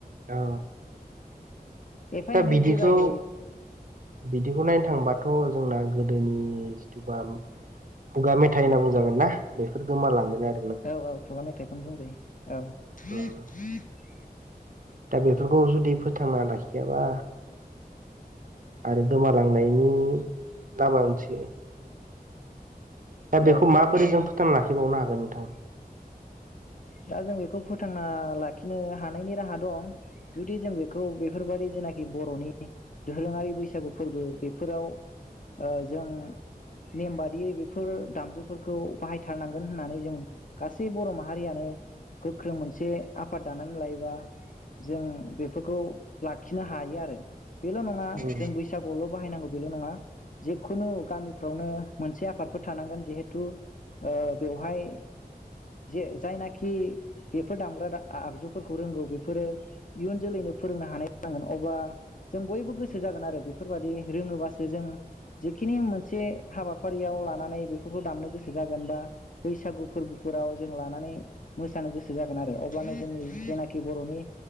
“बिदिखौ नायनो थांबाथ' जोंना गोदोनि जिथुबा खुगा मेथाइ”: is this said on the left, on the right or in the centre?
Right